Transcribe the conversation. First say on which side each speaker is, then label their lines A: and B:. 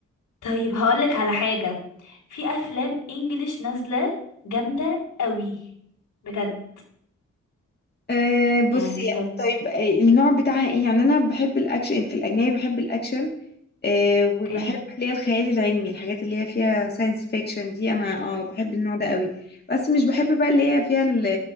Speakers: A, on the left (about 75°); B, on the left (about 30°).
A: طيب هقولك على حاجة في أفلام إنجليش نازلة جامدة قوي بجد
B: آه، بصي
A: يعني لو
B: طيب آه، النوع بتاعها ايه يعني انا بحب الاكشن في الاجنبي بحب الاكشن آه، وبحب
A: اوكي
B: اللي هي الخيال العلمي الحاجات اللي هي فيها ساينس فيكشن دي انا اه بحب النوع ده قوي بس مش بحب بقى اللي هي فيها ال